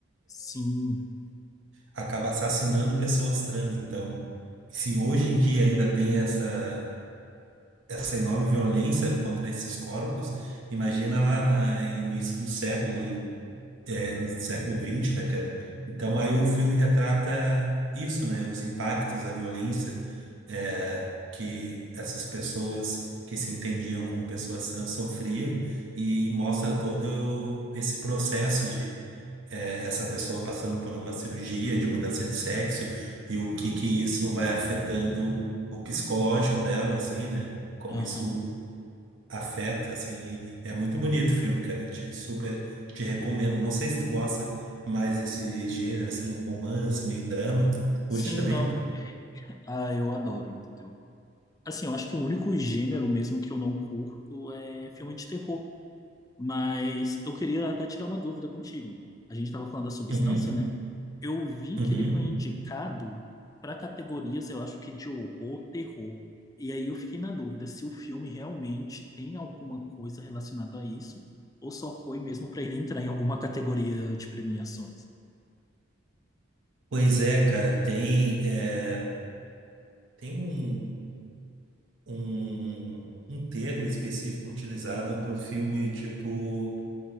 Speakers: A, on the left; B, on the right.
A: Sim.
B: acaba assassinando pessoas trans. Então, se hoje em dia ainda tem essa, essa enorme violência contra esses corpos, imagina lá na- no início do século, é, no século vinte, né, cara? Então, aí o filme retrata isso, né? Os impactos, a violência, é, que essas pessoas que se entendiam como pessoas trans sofriam e mostra todo esse processo é, essa pessoa passando por uma cirurgia de mudança de sexo e o que que isso vai afetando o psicológico dela, assim, né? Como
A: Aham.
B: isso afeta, assim. E é muito bonito o filme, cara. Eu te, super te recomendo. Não sei se tu gosta mais desse gênero, assim, romance, meio drama. curte
A: Sim,
B: também?
A: não. <laughs> Ah, eu adoro, entendeu? Assim, eu acho que o único gênero mesmo que eu não curto é filme de terror Mas eu queria até tirar uma dúvida contigo. A gente estava falando da substância,
B: Uhum,
A: né? Eu vi
B: uhum.
A: que ele foi indicado para categorias, eu acho que de horror, terror. E aí eu fiquei na dúvida se o filme realmente tem alguma coisa relacionada a isso, ou só foi mesmo para ele entrar em alguma categoria de premiações.
B: Pois é, cara, tem, é, tem um, um, um termo específico utilizado para o filme, tipo.